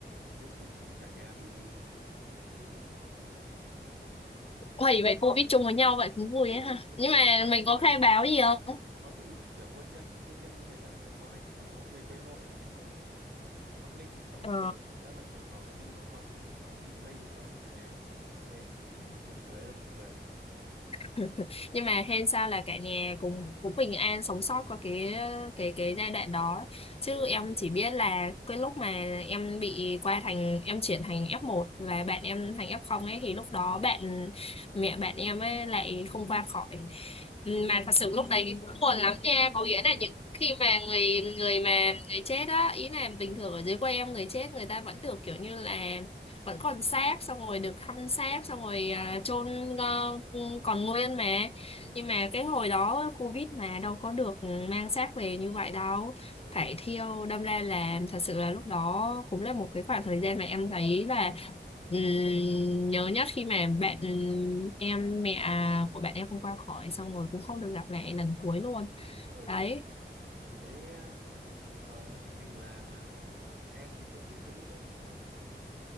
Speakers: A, on the right (about 65°); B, on the left (about 30°).
A: cuối cùng thì cả nhà bị Covid
B: Hoài vậy cô biết chung với nhau vậy cũng vui
A: ừ
B: ấy ha.
A: nhưng
B: Nhưng
A: mà kiểu
B: mà
A: ngu-
B: mình
A: nguyên
B: có khai báo gì không?
A: có chứ kiểu nguyên nhân nguyên nhân như thế chắc là kiểu con anh nó về quê nội anh ở ở Bắc Ninh xong
B: Ờ.
A: rồi kiểu chắc là kiểu nó đi loanh quanh nó bị lây cho cả nhà thế <laughs> buồn cười là buồn cười
B: <laughs> Nhưng mà hên sao là cả nhà cũng cũng bình an sống sót qua cái cái cái giai đoạn đó. Chứ
A: ừ
B: em chỉ biết là cái lúc mà em bị qua thành em chuyển thành f một và bạn em thành f không ấy thì lúc đó
A: ừ
B: bạn mẹ bạn em ấy lại không qua khỏi. Ừ, Mà thật sự lúc đấy cũng buồn lắm nha, có nghĩa
A: ừ
B: là những khi mà người người mà người chết á ý là
A: ừ
B: bình thường ở dưới quê em người chết người ta vẫn được kiểu như là vẫn còn xác xong rồi được thăm xác xong rồi
A: ừ
B: à, chôn ờ, ừ, còn nguyên mà
A: ừ
B: nhưng mà cái hồi đó Covid mà đâu có được mang xác về như vậy đâu
A: ừ
B: phải thiêu đâm ra là thật sự là lúc đó cũng là một cái khoảng thời gian mà em thấy là ừm, nhớ nhất khi mà bạn ừm, em mẹ à, của bạn em không qua khỏi xong rồi cũng không được gặp lại lần cuối luôn
A: ừ
B: đấy
A: thế ờ, tình hình là em thì triệu chứng COVID là bị như nào